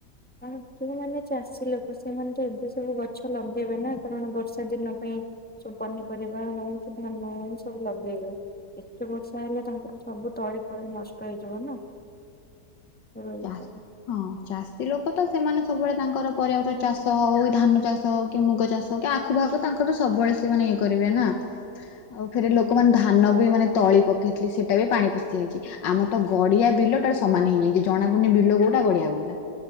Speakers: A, in the centre; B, on the left.
A: ହ ଯୋଉମାନେ ଚାଷୀ ଲୋକ ସେମାନେ ତ ଏବେ ସବୁ ଗଛ ଲଗେଇବେ ନା କାରଣ ବର୍ଷା ଦିନ ପାଇଁ। ସବୁ ପନିପରିବା ହଉ କି ଧାନ ହଉ ସବୁ ଲଗେଇବେ। ଏତେ ବର୍ଷା ହେଲେ ତାଙ୍କର ସବୁ ତଳି ଫଳି ନଷ୍ଟ ହେଇଯିବ ନା। <inaudible>
B: ଚାଷ ହଁ ଚାଷୀ ଲୋକ ତ ସେମାନେ ସବୁବେଳେ ତାଙ୍କର ପରିର୍ୟା ପତର ଚାଷ ହଉ ଧାନ ଚାଷ ହଉ କି ମୁଗ ଚାଷ। ଆଖୁ ପାଖୁ ତାଙ୍କର ତ ସବୁବେଳେ ସେମାନେ ଇଏ କରିବେ ନା ଆଉ ଫେରେ ଲୋକ। ଲୋକ ମାନେ ଧାନ ବି ମାନେ ତଳି ପକେଇଥିଲେ, ସେଇଟା ବି ପାଣି ପଶିଯାଇଛି। ଆମର ତ ଗଡିଆ ବିଲଟା। ସମାନେ ହେଇଯାଇଛି, ଜଣାପଡୁନି ବିଲ କୋଉଟା ଗଳିଆ କୋଉଟା।